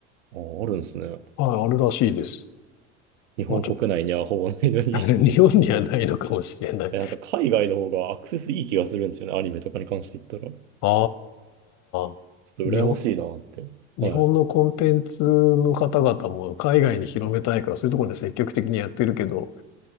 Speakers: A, on the right; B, on the left.
A: あ、あるんですね。
B: はい、あるらしいです。
A: 日本国内にはほぼないのに
B: まあちょ、<laughs> 日本にはないのかもしれない。
A: <laughs> え、なんか海外の方がアクセスいい気がするんですよね、アニメとかに関して言ったら。ち
B: ああ、
A: ょっと羨ましいなって。
B: 日本、日本のコンテンツの方々も海外に広めたいから、
A: はい。
B: そういうところで積極的にやってるけど、